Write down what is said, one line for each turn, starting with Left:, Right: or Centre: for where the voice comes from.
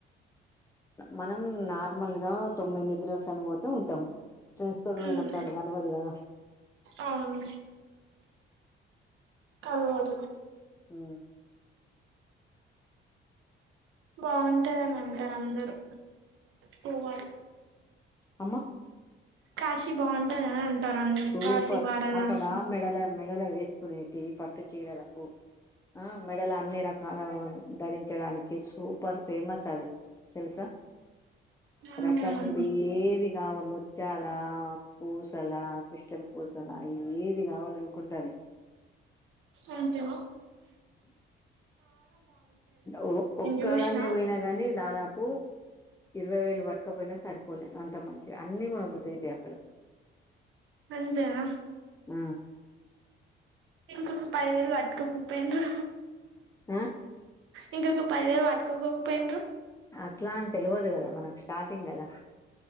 Left: మనం నార్మల్ గా తొమ్మిది నిద్రలు కని పోతే ఉంటాము ఫ్రెండ్స్ తోటి
Right: ఉమ్
Left: పోయినప్పుడు అది <unintelligible>
Right: అవును కలవదు
Left: ఉ
Right: బాగుంటందని అంటారు అందరు పోవాలి
Left: అమ్మా
Right: కాశీ బాగుంటంది అని అంటారు అందరు
Left: సూపర్
Right: కాశీ వారణాసి
Left: అక్కడ మెడల మెడల వేసుకునేటి పట్టు చీరలకు ఆ మెడలు అన్ని రకాల ధరించడాని సూపర్ ఫేమస్ అది తెలుసా <unintelligible>
Right: ఉమ్
Left: <unintelligible> ముత్యాల పూసల కిష్టల పూసలా అ ఏది కావాలనుకుంటే అది
Right: అంతేన
Left: ఓ ఒక్కదాన్నే
Right: చూసిన
Left: పొయినా గాని దాదాపు. ఇరవై వేలు పట్టకపోయినా సరిపోలే అంత మంచిగ అన్నీ కొనబద్దైతయి అక్కడా.
Right: అంతేనా
Left: ఆ
Right: ఇంకొక పది వేలు పట్టుక పోక పొయిండ్రు.
Left: ఆ
Right: ఇంకొక పదివేలు పట్టుకోకపోయిండ్రు.
Left: అట్లా అని తెలవదు గదా మనక్ స్టార్టింగ్ గదా.